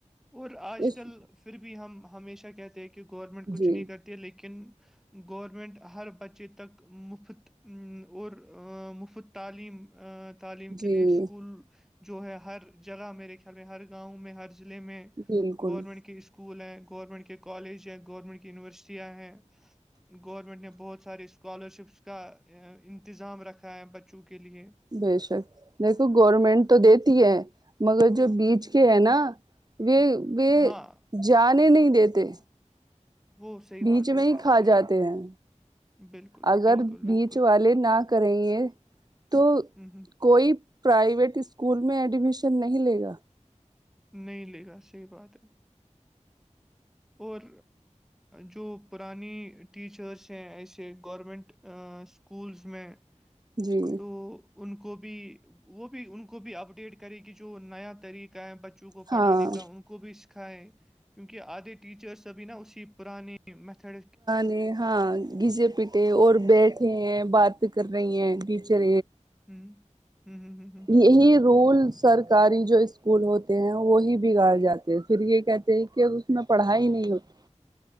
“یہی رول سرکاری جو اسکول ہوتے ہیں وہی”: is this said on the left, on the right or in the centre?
Right